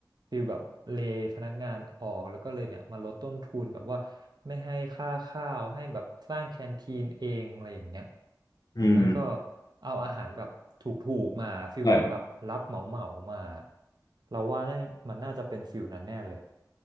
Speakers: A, on the right; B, on the left.
A: ฟีลแบบเลย์พนักงานออกแล้วก็เลยเนี่ยมาลดต้นทุนแบบว่าไม่ให้ค่าข้าวให้แบบสร้างแคนทีนเองอะไรอย่างเงี้ย
B: อืม
A: แล้วก็เอาอาหารแบบถูกๆมาฟิลเหมือนแบบรับเหมาเหมามา
B: ใช่
A: เราว่าแน่งมันน่าจะเป็นฟิลนั้นแน่เลย